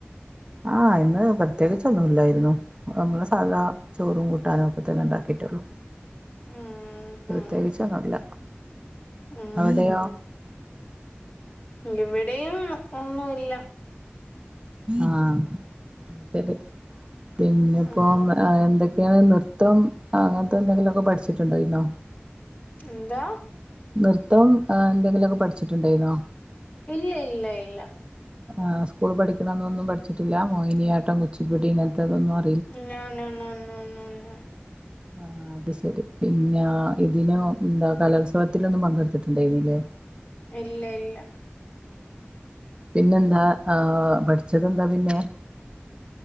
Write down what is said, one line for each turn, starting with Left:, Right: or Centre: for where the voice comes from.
Right: ആഹ് ഇന്ന് പ്രത്യേകിച്ചൊന്നുല്ലായിരുന്നു നമ്മള് സാധാ ചോറും കൂട്ടാനും ഒക്കെ തന്നെ ഉണ്ടാക്കിട്ടുള്ളു
Left: ഉം
Right: പ്രത്യേകിച്ചൊന്നൂല്ല
Left: ഉം ഉം
Right: അവിടെയോ
Left: ഉം ഇവിടെയും ഒന്നും ഇല്ല
Right: ആഹ് ശരി പിന്നെപ്പോ
Left: ഉം
Right: ആ എന്തെ ഇയാള് നൃത്തം അങ്ങനത്തെ എന്തെങ്കിലൊക്കെ പഠിച്ചിട്ടുണ്ടായിരുന്നോ
Left: എന്താ
Right: നൃത്തം ആ എന്തെങ്കിലൊക്കെ പഠിച്ചിട്ടുണ്ടായിരുന്നോ
Left: ഇല്ല ഇല്ല ഇല്ല
Right: ആ സ്കൂൾ പഠിക്കുന്ന അന്നൊന്നും പഠിച്ചിട്ടില്ല മോഹിനിയാട്ടം കുച്ചിപ്പുടി ഇങ്ങത്തതൊന്നും ആ
Left: നോനോ നോനോ നോനു
Right: ആ അത് ശരി പിന്നെ ഇതിനോ ഉം ന്താ കലോത്സവത്തിനൊന്നും പങ്കെടുത്തിട്ടുണ്ടായിരുന്നീല്ലേ
Left: ഇല്ല ഇല്ല
Right: പിന്നെന്താ ആഹ് പഠിച്ചതെന്താ പിന്നെ